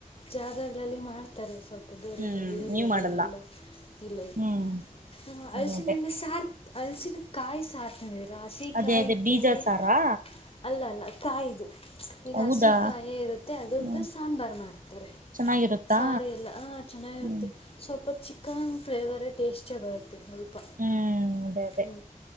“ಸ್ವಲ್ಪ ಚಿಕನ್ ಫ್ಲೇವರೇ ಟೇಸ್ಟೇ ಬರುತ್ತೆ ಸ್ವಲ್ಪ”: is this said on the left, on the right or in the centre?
Left